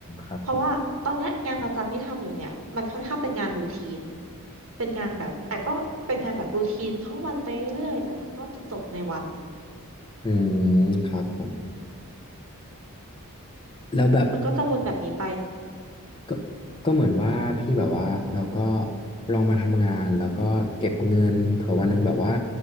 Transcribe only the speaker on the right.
เพราะว่าตอนเนี้ยงานประจำที่ทำอยู่เนี่ยมันค่อนข้างเป็นงานรูทีนเป็นงานแบบแต่ก็เป็นงานแบบรูทีนทั้งวันไปเรื่อยๆแต่มันก็จะจบในวัน
มันก็จะวนแบบนี้ไป